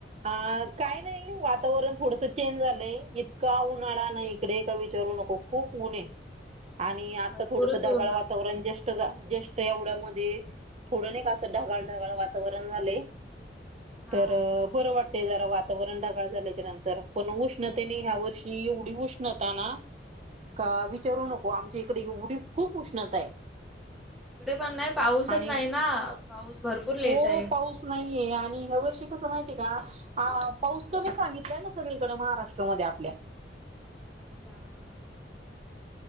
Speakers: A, on the right; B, in the centre.
A: अ काय नाही वातावरण थोडसं चेंज झालंय इतका उन्हाळा ना इकडे का विचारू नको. खूप उण आहे आणि आता
B: भरपूरच
A: थोडसं ढगाळ
B: ऊन
A: वातावरण
B: आता
A: जस्ट जस्ट नाही का येवढ्यामधे थोडं नाही का असं ढगाळ ढगाळ वातावरण झालंय.
B: हा
A: तर बरं वाट ते जरा वातावरण ढगाळ झाल्याच्या नंतर पण उष्णतेने ह्या वर्षी एवढी उष्णता ना का विचारू
B: हा
A: नको आमच्या इकडे एढी खूप उष्णता आहे.
B: तिकडे पण नाही पाऊसच
A: आणि
B: नाही. ना पाऊस भरपूर लेट
A: हो
B: आहे.
A: पाऊस नाहीये आणि ह्या वर्षी कसं माहितीय का पाऊस तर मी सांगितलंय ना सगळीकडे महाराष्ट्रामध्ये आपल्या.
B: अच्छा हा